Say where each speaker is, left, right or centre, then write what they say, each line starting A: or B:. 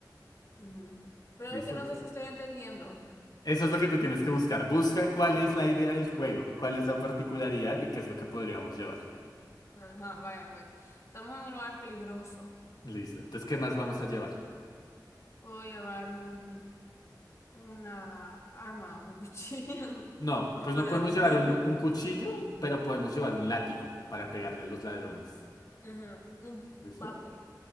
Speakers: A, on the left (about 40°); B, on the left (about 60°).
A: Ujú. Pero
B: ¿Listo?
A: es que no
B: Que-
A: sé si estoy entendiendo.
B: Eso es lo que tú tienes que buscar. Busca cuál es la idea del juego, cuál es la particularidad y qué es lo que podríamos llevar.
A: Ajá, vaya pues, estamos en un lugar peligroso.
B: Listo. Entonces, ¿qué más vamos a llevar?
A: Puedo llevar un, una arma, un cuchillo
B: No,
A: <laughs>
B: pues
A: para
B: no podemos
A: defenderme.
B: llevar un, un cuchillo, pero podemos llevar un látigo para pegarle a los ladrones.
A: Ajá, un
B: ¿Listo?
A: bate.